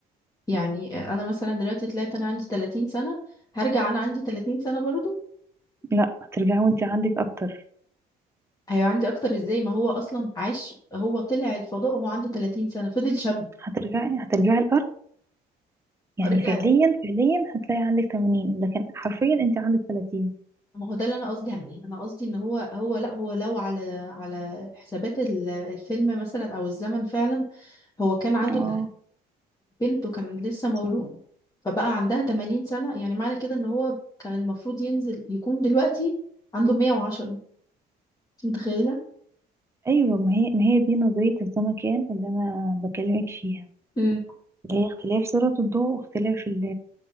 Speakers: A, on the left (about 20°); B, on the right (about 15°).
A: يعني انا مثلا دلوقتي طلعت انا عندي 30 سنة هرجع انا عندي 30 سنة برضو
B: لا هترجعي وأنت عندك أكتر
A: هيبقى عندي اكتر ازاي ما هو اصلا عاش هو طلع الفضاء وهو عنده 30 سنة فضل شاب
B: هترجعي هترجعي الأرض يعني
A: رجع
B: فعليا فعليا هتلاقي عندك 80 لكن حرفيا أنت عندك 30
A: ما هو ده اللي انا قصدي عليه انا قصدي ان هو هو لا هو لو على على حسابات ال- الفيلم مثلا او الزمن فعلا هو كان عنده
B: اه
A: بنته كان لسه مولود
B: صح
A: فبقى عندها 80 سنة يعني معنى كده ان هو كان المفروض ينزل يكون دلوقتي عنده 110 انت متخيلة
B: ايوه ما هي ما هي دي نظريه الزمكان اللي انا بكلمك فيها
A: امم
B: اللي هي اختلاف سرعه الضوء واختلاف ال-